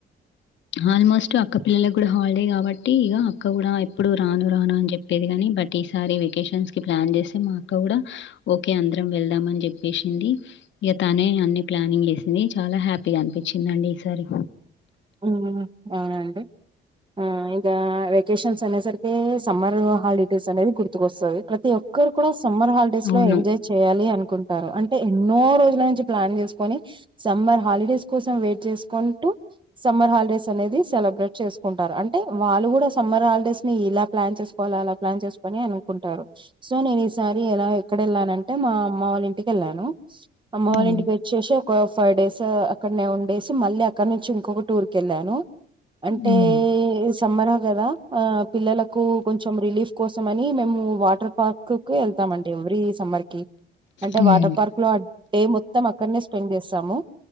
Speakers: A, on the left (about 70°); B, on the right (about 25°).
A: ఆల్మోస్ట్ అక్క పిల్లలకు కూడా హాలిడే కాబట్టి ఇగ అక్క కూడా ఎప్పుడు రాను రాను అని చెప్పేది కాని బట్ ఇప్ ఈసారి వెకేషన్స్ కి ప్లాన్ చేస్తే మా అక్క కూడా ఓకే అందరం వెళ్దామని చెప్పేసింది ఇక తానే అన్ని ప్లానింగ్ చేసింది చాలా హ్యాపీగా అనిపించిందండి ఈసారి
B: ఉ అవునండి ఆ ఇంకా వెకేషన్స్ అనే సరికె సమ్మర్ హాలిడేస్ అనేది గుర్తుకొస్తుంది ప్రతి ఒక్కరు కూడా సమ్మర్ హాలిడేస్
A: అవును.
B: లో ఎంజాయ్ చేయాలి అనుకుం టారు అంటే ఎన్నో రోజుల నుంచి ప్లాన్ చేసుకొని సమ్మర్ హాలిడేస్ కోసం వెయిట్ చేసుకొంటూ సమ్మర్ హాలిడేస్ అనేది సెలబ్రేట్ చేసుకుంటారు అంటే వాళ్ళు కూడా సమ్మర్ హాలిడేస్ ని ఇలా ప్లాన్ చేసుకోవాల్ అలా ప్లాన్ చేసుకుని అనుకుంటారు సో నేను ఈసారి ఎలా ఎక్కడ వెళ్ళానంటే మా అమ్మ వాళ్ళ ఇంటికెళ్ళాను అమ్మవల
A: హ్మ్.
B: ఇంటికి వచ్చేసి ఒక ఫైవ్ డేస్ అక్కడనే ఉండేసి మళ్ళీ అక్కడ నుంచి ఇంకో టూర్ క వెళ్ళాను అంటే
A: హ్మ్.
B: సమ్మరా కదా పిల్లలకు కొంచెం రిలీఫ్ కోసం అని మేము వాటర్ పార్క్ కు వెళ్తామండి ఎవ్రీ సమ్మర్ కి అంటే
A: హ్మ్.
B: వాటర్ పార్క్ లో అడే మొత్తం అక్కడనే స్పిన్ స్పెండ్ చేస్తాము